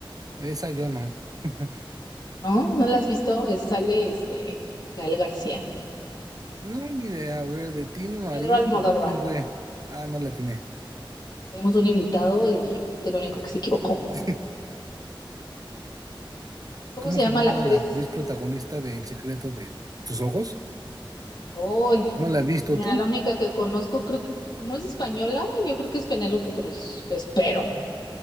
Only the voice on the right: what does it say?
Esa yo no. <laughs>
No, ni idea. A ver, de Tin Marín,
doping, güey. Ah, no la tiene.
<laughs>
¿Cómo
se
llama
la actriz protagonista de El secreto de tus ojos?
¿No la has visto
tú?